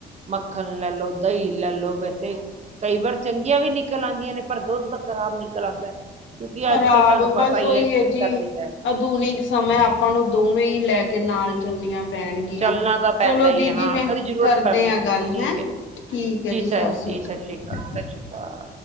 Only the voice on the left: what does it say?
ਖ਼ਰਾਬ
ਬਸ
ਉਹੀ ਹੈ ਜੀ,
ਆਧੁਨਿਕ ਸਮਯ ਆਪਾਂ ਨੂੰ ਦੋ ਵੇਂ ਹੀ ਲੈ ਕੇ ਨਾਲ ਚੱਲਣੀਆਂ। ਪੈਣਗੀਆਂ।
ਚਲੋ
ਦੀਦੀ
ਮੈਂ
ਕਰਦੇ
ਹਾਂ ਗੱਲ
ਹੈਂ।
ਠੀਕ ਹੈ ਜੀ, ਸਤਿ
ਸ੍ਰੀ
ਅਕਾਲ।